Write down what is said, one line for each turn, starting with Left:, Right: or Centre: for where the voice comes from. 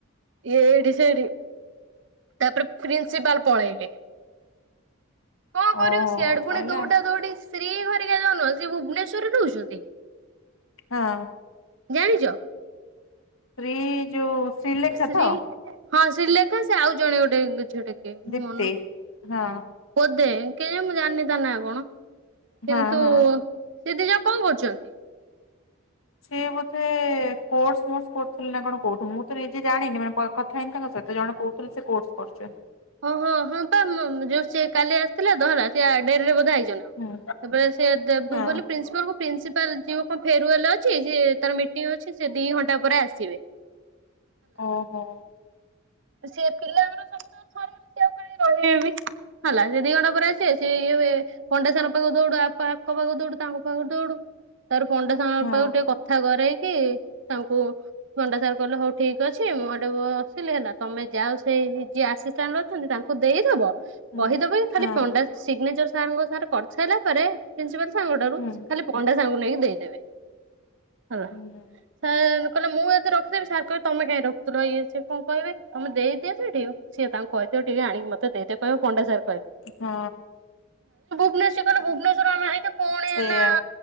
Right: ଇଏ ଏଇଠି ସେଇଠି ତାପରେ ପ୍ରିନ୍ସିପାଲ ପଳେଇଲେ। କଣ କରିବୁ
Left: ଓହୋ
Right: ସିଆଡେ ପୁଣି
Left: ସଇଲା
Right: ଦଉଡ଼ା ଦଉଡି ଶ୍ରୀ ଘରିକା ଯୋଉ ନୁହ ସେ ଭୁବନେଶ୍ଵରରେ ରହୁଛନ୍ତି?
Left: ହଁ।
Right: ଜାଣିଛ?
Left: ଏ ଯୋଉ ଶ୍ରୀଲେଖା
Right: ଶ୍ରୀ
Left: ତ
Right: ହଁ ଶ୍ରୀଲେଖା ସେ ଆଉ ଜଣେ ଗୋଟେ ଝିଅ ଟାଏ।
Left: ଦୀପ୍ତି
Right: ମନୁକୁ
Left: ହଁ
Right: ବୋଧେ। କେଜାଣି ମୁଁ ଜାଣିନି ତା ନା କଣ, କିନ୍ତୁ
Left: ହଁ ହଁ।
Right: ସେ ଦି ଜଣ କଣ କରୁଛନ୍ତି?
Left: ସେ ବୋଧେ କୋର୍ସ ମୋସ କରୁଥିଲେ ନା କଣ କୋଉ ଠୁ ମୁଁ ତ ନିଜେ ଜାଣିନି ମାନେ କଥା ହେଇନି ତାଙ୍କ ସ କେତେ ଜଣ କହୁଥିଲେ ସେ କୋର୍ସ କରୁଛନ୍ତି।
Right: ହଁ ହଁ ହଁ ପା ଯୋଉ ସିଏ କାଲି ଆସିଥିଲେ ତ ହେଲା ସେ ଡେରିରେ ବୋଧେ ଆଇଛନ୍ତି।
Left: ହୁଁ
Right: ତାପରେ ସେ ଦେବୁ
Left: ହଁ।
Right: ବୋଲି ପ୍ରିନ୍ସିପାଲ କୁ ପ୍ରିନ୍ସିପାଲ ଯିବ କଣ ଫେରୁୱଲ ଅଛି ତାର ମିଟିଂ ଅଛି ସେ ଦି ଘଣ୍ଟା ପରେ ଆସିବେ।
Left: ଓ ହୋ।
Right: ସିଏ ଵି ଘରେ ଗଲେ ଏକୁଟିଆ କାଇଁ ରହିବି। ହେଲା ସେ ଦିଘଣ୍ଟା ପରେ ଆସିବେ ସେ ଇଏ ପଣ୍ଡା ସାର ଙ୍କ ପାଖକୁ ଦୌଡୁ ଆଙ୍କ ପାଖକୁ ଦୌଡୁ ତାଙ୍କ ପାଖକୁ ଦୌଡୁ। ତାପରେ ପଣ୍ଡା ସାର ଙ୍କ
Left: ହଁ
Right: ପାଖକୁ ଟିକେ କଥା କରେଇକି ତାଙ୍କୁ ପଣ୍ଡା ସାର କହଲେ ହଉ ଠିକ ଅଛି ମୁଁ ଏଡେ ବସିଲି ହେଲା ତମେ ଯାଅ ସେ ଯିଏ ଆସି <unintelligible> ଅଛନ୍ତି ତାଙ୍କୁ ଦେଇଦବ
Left: ହୁଁ
Right: କହିଦବ ଖାଲି
Left: ହଁ
Right: ପଣ୍ଡା ସି୍ଗନେଚର ସାର୍ ଙ୍କ <unintelligible> କରିସାରିଲା ପରେ ପ୍ରିନସିପାଲ ସାରଙ୍କ ଠାରୁ
Left: ହୁଁ
Right: ଖାଲି ପଣ୍ଡା ସାର ଙ୍କୁ ନେଇ ଦେଇଦେବେ। ହେଲା
Left: ହୁଁ
Right: <unintelligible> କହିଲେ ମୁଁ ଯଦି ରଖିଦେବି ସାର କହିବେ ତମେ କାଇଁ ରଖୁଥିଲ। ଇଏ ସିଏ କଣ କହିବେ ତମେ ଦେଇ ଦିଅ ସେଠି ସିଏ ତାଙ୍କୁ କହିଦିଅ ଟିକେ ଆଣି ମତେ ଦେଇଦେବେ କହିବ ପଣ୍ଡା ସାର
Left: ହଁ।
Right: ନା ସିଏ କହିଲେ ଭୁବେନେଶ୍ୱର ଆମେ ଆଇଛୁ ପୁଣି
Left: ସେଇୟା।
Right: ଏଇନା